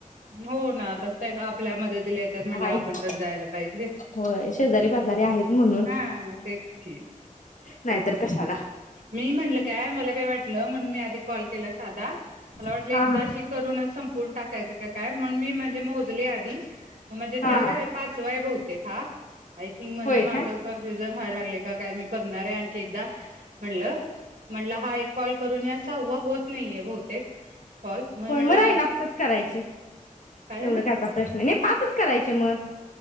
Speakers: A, on the right; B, on the left.
A: हो ना आता ते आपल्या मदतीला येतात म्हणल्यावर
B: आहेत
A: आपण पण जायला पाहीजे.
B: होय शेजारी पाजारी आहेत म्हणून
A: हा तेच की
B: नाहीतर कशाला
A: मी म्हणलं काय मला काय वाटलं म्हणून मी आधी कॉल केला साधा मला वाट
B: हा
A: एकदाशी
B: हा
A: करून संपे कोन टाकायचा की काय म्हणुन मि म्हणजे मोजले आधी म्हजे
B: हा
A: चार
B: हा
A: आहे पाचवाय बहुतेक ते खा आय थिंग म्हणजे
B: होय
A: माझ
B: काय
A: कनफ्युजन जन व्हाय लागलय काय की मी बघणारे आणखी एकदा म्हणलं म्हंलट हा एक कॉल करून या वा होत नाहीये बहुतेक कॉल
B: होय
A: म्हणलं
B: मग
A: आज
B: आहे नाच करायचे
A: काय झालं
B: एवढं का चार प्रश्न आहे नाही. पाचच करायचे मग